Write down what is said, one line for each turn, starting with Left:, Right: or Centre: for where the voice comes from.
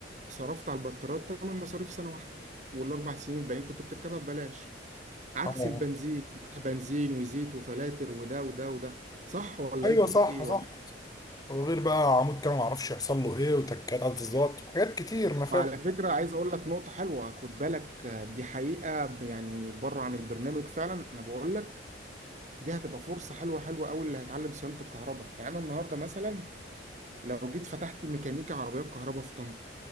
Right: صرفت على البطاريات تمن مصاريف سنة واحدة والاربع سنين الباقيين كنت بتركبها ببلاش عكس
Left: اه
Right: البنزين بنزين وزيت وفلاتر وده وده وده صح ولا
Left: ايوه
Right: ايه الجن-
Left: صح
Right: إيه
Left: صح وغير بقى عمود كام ما اعرفش يحصل له ايه وتكات على التظبيطات حاجات كتير ما فاهم
Right: وعلى فكرة عايز أقول لك نقطة حلوة خد بالك آه، دي حقيقة يعني بره عن البرنامج فعلا أنا بقول لك دي هتبقى فرصة حلوة حلوة أوي اللي هيتعلم صيانة الكهرباء يعني أنا النهاردة مثلا لو جيت فتحت ميكانيكا عربيات كهرباء في طنطا